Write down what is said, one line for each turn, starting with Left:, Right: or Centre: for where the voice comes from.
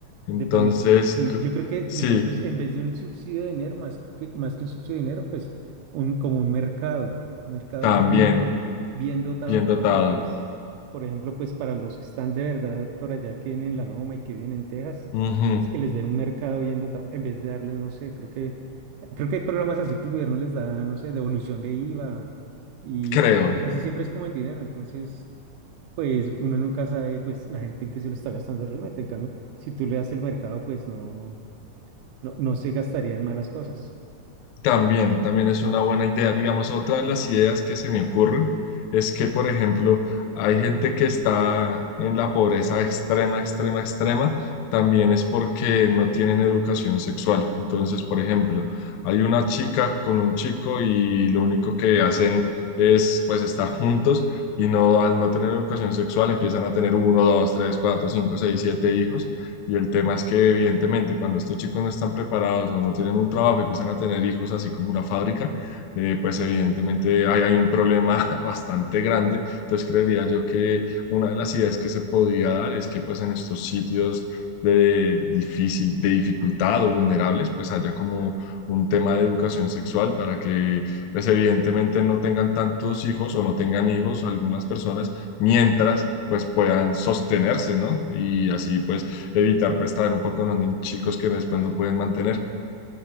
Left: Entonces,
Right: De pronto, sí,
Left: c-
Right: yo creo que
Left: sí,
Right: de pronto es en vez de un subsidio de dinero, más que, más que un subsidio de dinero, pues un, como un mercado, un mercado
Left: también
Right: bien, bien dotado
Left: bien dotado.
Right: para que, pues, por ejemplo, pues para los que están de verdad por allá, que vienen en La Loma y que vienen en Texas,
Left: Ujú,
Right: pues que les den un mercado bien dotado, en vez de darles, no sé, creo que, creo que hay programas así que el gobierno les da, no sé, devolución de IVA, y
Left: creo.
Right: pero casi siempre es como en dinero, entonces pues uno nunca sabe pues la gente en qué se lo está gastando realmente. En cambio, si tú le das el mercado, pues no, no, no, no se gastaría en malas cosas.
Left: También, también es una buena idea. Digamos, otra de las ideas que se me ocurren es que, por ejemplo, hay gente que está en la pobreza extrema, extrema, extrema, también es porque no tienen educación sexual. Entonces, por ejemplo, hay una chica con un chico y lo único que hacen es, pues, estar juntos y no, al no tener educación sexual empiezan a tener uno, dos, tres, cuatro, cinco, seis, siete hijos y el tema es que evidentemente cuando estos chicos no están preparados o no tienen un trabajo y empiezan a tener hijos así como una fábrica, eh, pues evidentemente hay, hay un problema <laughs> bastante grande. Entonces creería yo que una de las ideas que se podría dar es que pues en estos sitios de difícil, de dificultad o vulnerables, pues haya como un tema de educación sexual para que pues evidentemente no tengan tantos hijos o no tengan hijos algunas personas mientras pues puedan sostenerse, ¿no? Y así pues evitar pues estar un poco en donde chicos que después no pueden mantener.